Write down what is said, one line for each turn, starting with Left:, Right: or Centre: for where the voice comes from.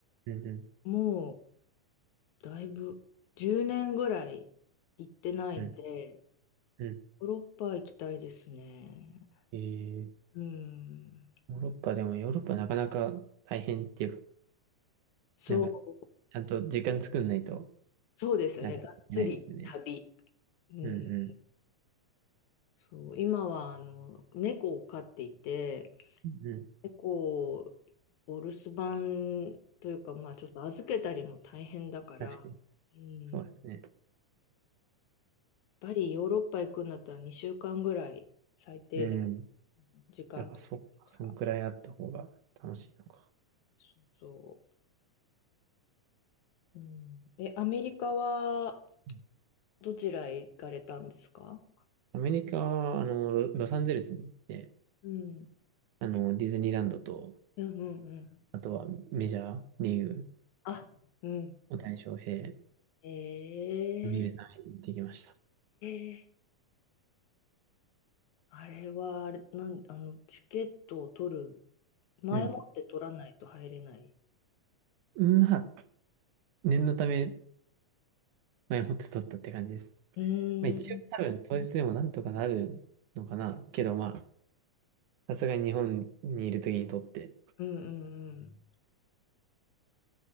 Right: うん、うん、
Left: もうだいぶ10年ぐらい行ってないんで、
Right: うん、うん。
Left: ヨーロッパ行きたいですね。
Right: えー、
Left: うん。
Right: ヨーロッパでもヨーロッパなかなか大変っていうか、
Left: そう、
Right: なんかちゃんと時間作んないと、
Left: そうですね。
Right: なかなかいけないですよね。
Left: がっつり旅。うん。
Right: うんうん。
Left: そう、今はあの猫を飼っていて、
Right: うん
Left: 猫をお留守番というか、まあちょっと預けたりも大変だから、
Right: 確かに。
Left: うん、
Right: そうですね。
Left: やっぱりヨーロッパ行くんだったら2週間ぐらい最低で
Right: うん。
Left: 時間取りたいから。
Right: やっぱそっか、そんくらいあった方が楽しいのか。
Left: そうそう。うん。え、アメリカは
Right: うん
Left: どちらへ行かれたんですか
Right: アメリカは、あの、ロ、ロサンゼルスに行って、
Left: うん。
Right: あの、ディズニーランドと、
Left: うんうんうん。
Right: あとはメジャーリーグ、
Left: あ、うん。
Right: 大谷翔平
Left: ええ
Right: を見るために行ってきました。
Left: ええあれは、あれ、なん、あの、チケットを取る、前もって取らないと入れない。
Right: うん。まあ、念のため、前もって撮ったって感じです。
Left: うーん。
Right: まあ、一応多分当日でもなんとかなるのかな。けどまあ、さすがに日本にいる時に撮って、
Left: うんうん